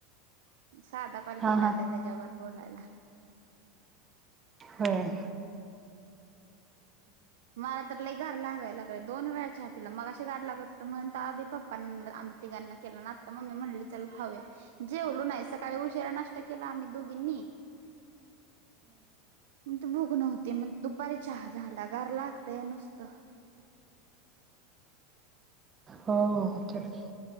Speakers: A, on the right (about 75°); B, on the right (about 25°).
A: साधा कॉल
B: हा
A: केल्या
B: हा
A: होत्या त्याच्यावर बोलायला.
B: होय,
A: मला तर लई घार लागायला लागय दोन वेळाच्या चहा पिला मगाशी गार लागत होतं म्हण तवा आभी पप्पां ना आम ''--'' तिगांना केलं मग आता मम्मी म्हणली चल खाऊया. जेवलो नाही सकाळी उशीरा नाष्ट्ता केला आम्ही दोघींनी. मग त भूक नव्हती मग दुपारी चहा झाला गार लागताय नुसतं.
B: हो हो, चेक.